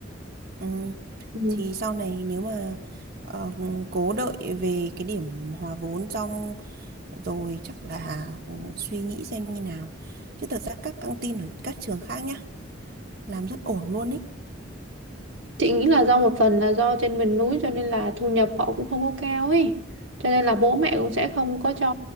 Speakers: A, on the right; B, on the right.
A: ừ.
B: Ừ.
A: thì sau này nếu mà ờ, cố đợi về cái điểm hòa vốn xong rồi chắc là ừ, suy nghĩ xem như nào chứ thật ra các căng tin ở các trường khác nhá làm rất ổn luôn ý
B: Chị nghĩ là do một phần là do trên miền núi cho nên là thu nhập họ cũng không có cao ấy. Cho nên là bố mẹ cũng sẽ không có cho